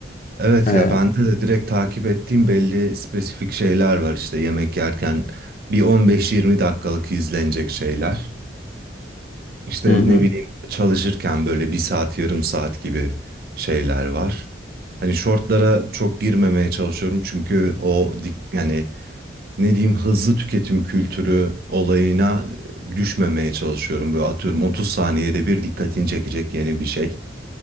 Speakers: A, on the right; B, on the left.
A: Evet
B: Ee,
A: ya bende de direkt takip ettiğim belli spesifik şeyler var işte yemek yerken bir 15-20 dakikalık izlenecek şeyler. İşte
B: hı hı.
A: ne bileyim çalışırken böyle bir saat yarım saat gibi şeyler var. Hani shortlara çok girmemeye çalışıyorum çünkü o dik, yani ne diyeyim hızlı tüketim kültürü olayına düşmemeye çalışıyorum. Böyle atıyorum 30 saniyede bir dikkatini çekecek yeni bir şey.